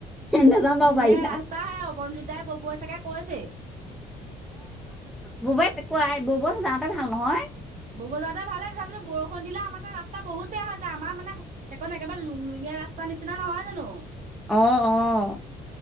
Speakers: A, in the centre; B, on the right.
A: নাযাম বাৰু
B: যিহে
A: বাৰিষা
B: ৰাস্তাহে অৱনজিৎ দাই ববুৱাই চাগে কৈছেই।
A: বৌবাই কাই বৌ ব যাওঁতে ভাল নহয়।
B: ববৌ যাওঁতে ভালে তথাপিতো বৰষুণ দিলে আমাৰ তাত ৰাস্তা বহুত বেয়া হৈ যায়। আমাৰ মানে সেইকখন একেবাৰে লুং লুঙীয়া ৰাস্তা নিচিনা নহয় জানো।
A: অ অহ।